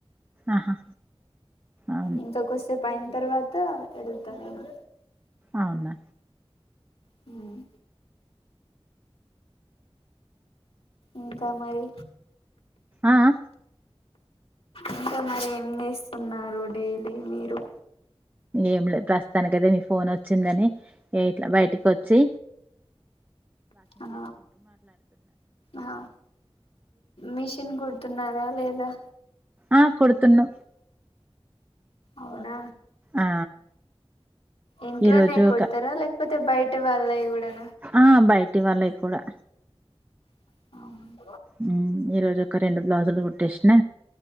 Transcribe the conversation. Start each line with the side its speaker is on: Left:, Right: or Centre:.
Right: ఆహా అ
Left: ఇంక వస్తే పైన తర్వాత వెళ్తా నేను
Right: అవున
Left: హుమ్ ఇంకా మరి
Right: ఆఅ
Left: ఇంకా మరి ఏం చేస్తున్నారు డైలీ మీరు
Right: ఏం లేదు ప్రస్తుతానినకైతే నీ ఫోన్ వచ్చిందని ఇట్లా బయటికి వచ్చి
Left: ఆ ఆ మిషన్ కుడుతున్నారా రాలేదా
Right: ఆ కుడుతున్నా
Left: అవునా
Right: ఆ
Left: ఇంట్లోనే
Right: ఈరోజు
Left: కుడతారా
Right: ఒక
Left: లేకపోతే బయట ఇంటి వాళ్ళయి కూడాన
Right: ఆ బయటి వాళ్ళవి కూడా
Left: <inaudible>
Right: హుమ్మ్ ఈ రోజు ఒక రెండు బ్లౌజులు కు న